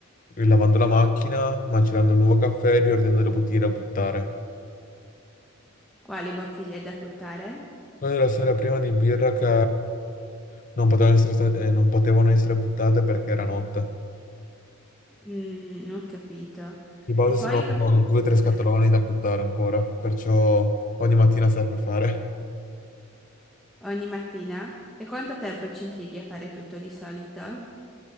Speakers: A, on the left (about 40°); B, in the centre.
A: eh, lavando la macchina, macerando il nuovo caffè, riordinando le bottiglie da buttare.
B: Quali bottiglie da buttare?
A: Poi la sera prima di birra che non potevano essere, sta- eh, non potevano essere buttate perché era notte.
B: Mm, non ho capito.
A: Di base
B: E poi
A: sono
B: cosa hai
A: due o tre scatoloni
B: fatto
A: da buttare ancora, perciò ogni mattina serve fare.
B: ogni mattina? E quanto tempo ci impieghi a fare tutto di solito?